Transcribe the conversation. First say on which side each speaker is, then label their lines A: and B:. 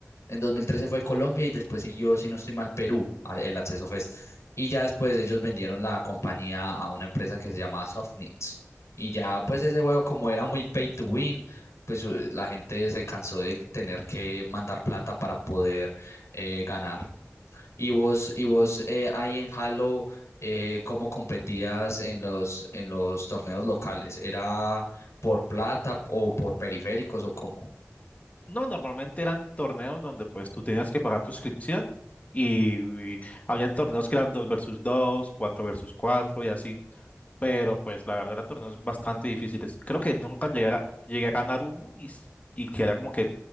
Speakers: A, on the left; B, on the left.
A: en 2013 fue Colombia y después siguió, si no estoy mal, Perú, a- el Acceso Fest. Y ya después ellos vendieron la compañía a una empresa que se llamaba Softnits. Y ya pues ese juego como era muy pay to win, pues eh, la gente se cansó de tener que mandar plata para poder eh, ganar. Y vos, y vos eh, ahí en Halo, eh, ¿cómo competías en los, en los torneos locales? ¿Era por plata o por periféricos o cómo?
B: No, normalmente eran torneos donde pues tú tenías que pagar tu inscripción y, y habían torneos que eran 2 versus 2, 4 versus 4 y así. Pero pues la verdad eran torneos bastante difíciles. Creo que nunca llegué a, llegué a ganar uno y, s- y que era como que